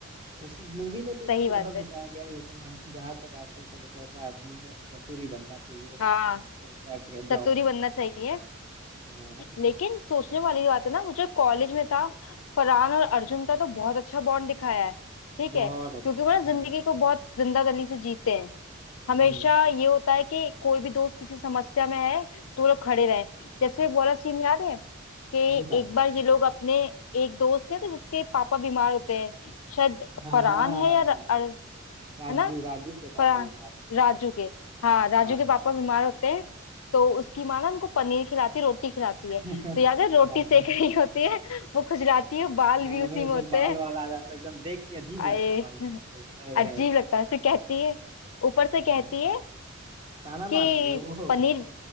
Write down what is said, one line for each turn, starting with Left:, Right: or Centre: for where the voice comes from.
Right: उस मूवी में तो उसको
Left: सही
Right: बुड़बक
Left: बात है
Right: बताया गया है लेकिन हम <laughs> जहां तक आजकल पता चल रहा है असली में चतुर ही बनना चाहिए
Left: हाँ
Right: Corporate
Left: चतुरी
Right: jobs
Left: बनना चाहिए
Right: हाँ,
Left: लेकिन सोचने वाली बात है ना मुझे कॉलेज में था फरहान और अर्जुन का तो बहुत अच्छा बॉन्ड दिखाया है ठीक
Right: बहुत
Left: है क्योंकि
Right: अच्छा हम्म
Left: वो ना जिंदगी को बहुत जिंदा दिली से जीते हैं हमेशा
Right: हम्म
Left: ये होता है कि कोई भी दोस्त किसी समस्या में है तो वो लोग खड़े रहे जैसे वो वाला सीन याद है कि
Right: कौन सा
Left: एक बार ये लोग अपने एक दोस्त थे तो जिसके पापा बीमार होते हैं शायद
Right: हाँ हाँ
Left: फरहान
Right: हाँ
Left: है
Right: हाँ
Left: या
Right: हाँ हाँ।
Left: अर,
Right: राजू
Left: है ना
Right: राजू के पापा
Left: फरहान
Right: बीमार रहते
Left: राजू
Right: हैं
Left: के हाँ राजू
Right: हाँ
Left: के पापा बीमार होते हैं तो उसकी माँ ना उनको पनीर खिलाती रोटी खिलाती
Right: <laughs>
Left: है तो याद है रोटी
Right: हाँ
Left: सेक रही होती है वो खुजलाती है बाल
Right: हाँ,
Left: भी उसी
Right: फिर उसमें
Left: में होते
Right: बाल
Left: हैं
Right: वाल आ जाता है एकदम देख के अजीब लगता
Left: आए
Right: है भाई साहब वो है,
Left: अजीब
Right: है, है।
Left: लगता है फिर कहती है ऊपर से
Right: हाँ
Left: कहती है
Right: ताना
Left: कि
Right: मारती है वो
Left: पनीर